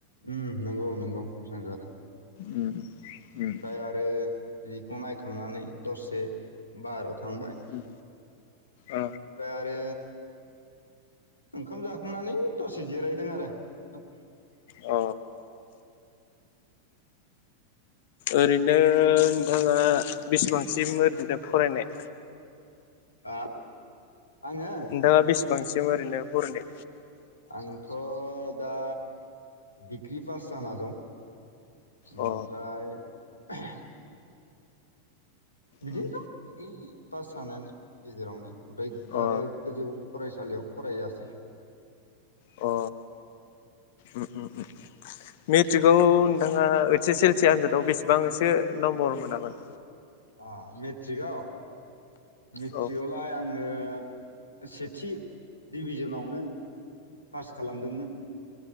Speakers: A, on the left (about 80°); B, on the left (about 50°).
A: उम नंगौ नंगौ मोजां जादों।
B: उम उम
A: ओमफ्राय आरो बेखौ नायखांनानै दसे बाहेराव था थांबाय
B: उम अ
A: इनिफ्राय आरो ओंखाम जाखांनानै दसे जिरायदों आरो नोंथां।
B: अ ओरैनो नोंथाङा बेसेबांसिम ओरैनो फरायनाय?
A: हा? आङो
B: नोंथाङा बेसेबांसिम ओरैनो फरायनाय
A: आंथ' दा दिग्रि पास जाना दं। ओमफ्राय
B: अ
A: <unintelligible> बिदिनोथ'
B: उम
A: डिग्रि पास सानानै गेजेरावनो ओमफ्राय
B: अ
A: गारो गोजौ फरायसालियाव फरायासै
B: अ ओम ओम ओम मेट्रिकआव नोंथाङा ओइस एस एल सि आनजादाव बेसेबांसो नम्बर मोनामोन?
A: आ मेट्रिकआव? मेट्रिकआवलाय
B: औ
A: आङो सेथि डिभिजनावनो पास खालामदोंमोन